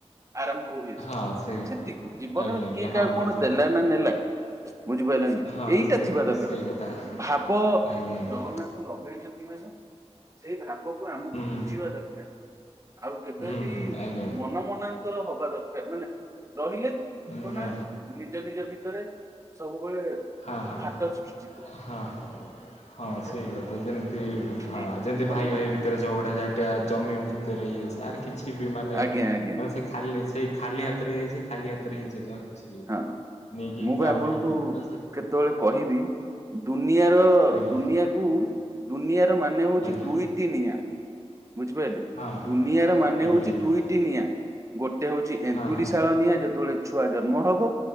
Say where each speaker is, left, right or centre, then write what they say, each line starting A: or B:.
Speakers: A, on the right (about 30°); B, on the left (about 80°).
A: ଆରମ୍ଭ ହୁଏ ସେଇଠି
B: ହଁ ସେଇ
A: ସେତିକି ଜୀବନରେ
B: ଆଜ୍ଞା ଆଜ୍ଞା
A: କିଏ କାହାକୁ
B: ହଁ
A: କଣ
B: ବୁଝିଲି
A: ଦେଲା ନା ନେଲା ବୁଝିପାଇଲେ ନା ନାହିଁ।
B: ହଁ
A: ଏଇଟା
B: ସେଇ
A: ଥିବା ଦରକାର।
B: ସେଇ କଥା
A: ଭାବ
B: ଆଜ୍ଞା ଆଜ୍ଞା
A: ଜଗନ୍ନାଥ ଲଗେଇଛନ୍ତି ମେନ୍ ସେ ସେଇ ଭାବକୁ ଆମକୁ
B: ହୁଁ ହୁଁ
A: ବୁଝିବା ଦରକାର। ଆଉ କେବେ
B: ହୁଁ
A: ବି
B: ହୁଁ ଆଜ୍ଞା
A: ମନ ମନାନ୍ତ ନ୍ତର ହବା ଦରକାର ମାନେ ରହିଲେ
B: ଆଜ୍ଞା
A: କଣ ନା ନିଜ ନିଜ ଭିତରେ ସବୁବେଳେ
B: ହା ହା
A: ଫାଟ ସୃଷ୍ଟି କରୁ
B: ହଁ। ହଁ
A: ବୁଝିପାରୁଛନ୍ତି?
B: ସେଇ କଥା ଯେମତି ହଁ
A: ଏଇତ
B: ଯେମତି
A: ଜୀବନ
B: ଭାଇ ଭାଇ
A: ଆଉ।
B: ଭିତରେ ଝଗଡ଼ା ଝାଟିଆ ଜମି ଭିତରେ ଇଏ ଆରେ କିଛି ବି ମାନେ
A: ଆଜ୍ଞା ଆଜ୍ଞା
B: ମାନେ
A: ଆଜ୍ଞା
B: ସେ ଜ ଖାଲି ସେଇ ଖାଲି ହାତରେ ଆଇଚେ ଖାଲି ହାତରେ ହେଇଯିବା କିଛି
A: ହଁ
B: ନେଇକି
A: ମୁଁ ବା
B: ଯାଉନେ
A: ଆପଣଙ୍କୁ
B: ରେ ଏଠି ତ ସେ
A: କେତେବେଳେ କହିବି ଦୁନିଆର
B: ଆଜ୍ଞା
A: ଦୁନିଆକୁ ଦୁନିଆର ମାନେ ହଉଛି
B: ଆଜ୍ଞା
A: ଦୁଇଟି ନିଆଁ। ବୁଝିପାରିଲେ
B: ହଁ
A: ଦୁନିଆର ମାନେ
B: ଆଜ୍ଞା
A: ହଉଛି
B: ଆଜ୍ଞା
A: ଦୁଇଟି ନିଆଁ। ଗୋଟେ ହଉଛି ଏନ୍ତୁଡି
B: ହଁ ହଁ
A: ଶାଳ ନିଆଁ ଯେତେବେଳେ ଛୁଆ ଜନ୍ମ ହବ।